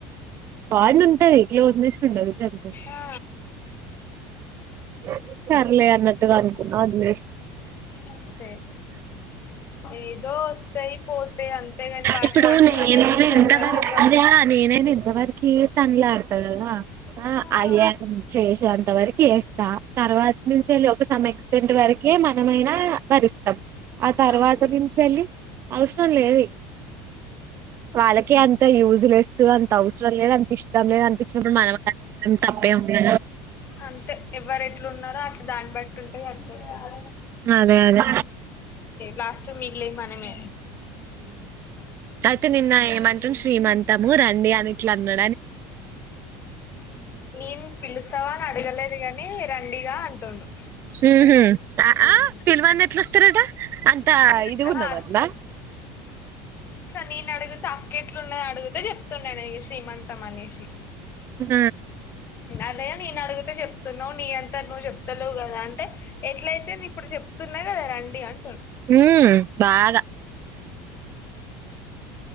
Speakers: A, on the right; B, on the left.
A: బాండ్ ఉంటది, క్లోస్నెస్ ఉండదు గంతే.
B: ఆ
A: హ సర్లే అన్నట్టుగా అనుకున్నాం అది మీ
B: అంతే ఏదో వస్తాయి పోతాయి అంతేగాని వాటిని
A: ఇప్పుడు
B: పట్టుకొనే
A: నేనైన
B: కూసోరు
A: ఎంతవరకు
B: కదా ఎవరు
A: అదే అహా నేనైనా ఎంతవరికి తనులాడత కదా
B: ఆ
A: అయ్యా చే అంత వరికి యెస్తా తర్వాత నుంచి ఎళ్ళి సమ్ ఎక్స్టెంట్ వరకే మనమైనా భరిస్తం ఆ తర్వాత
B: అవును
A: నుంచి ఎళ్ళి అవసరం లేదీ వాళ్ళకే అంత యూజ్ లెస్ అంత అవసరం లేదు అంత ఇష్టం లేదు అ చూడు మన <unintelligible> తప్పే ఉండది
B: అంతే ఎవరు ఎట్లున్నరో అట్ల దాన్ని బట్టి ఉంటే సరిపోతది ఆ
A: అదే అదే
B: లాస్ట్ మిగిలేవి మనమే
A: అయితే నిన్న ఏమంటుంది శ్రీమంత్ తము రండి అని ఇట్లా అన్నా
B: నేన్ పిలుస్తావా అని అడగలేదు గాని రండీగా అంటుండు
A: ఊహు ఆ
B: ఉమ్
A: ఆ పిల్వంది ఎట్లోస్తరట అంతా
B: ఉమ్,
A: ఇది
B: ఆహా
A: గున్నమట్నా
B: నేన్ అడిగితే అక్కెట్లున్నదని అడిగితే చెప్తుండాయన ఇగ శ్రీమంతం అనేసి
A: మ్
B: అదే నేను అడిగితే చెప్తున్నవు నీ అంతట నువ్వు చెప్తలేవ్ కదా, అంటే ఎట్లయితే ఎంది ఇప్పుడు చెప్తున్నా కదా రండి అంటుండు.
A: హ్మ్ బాగా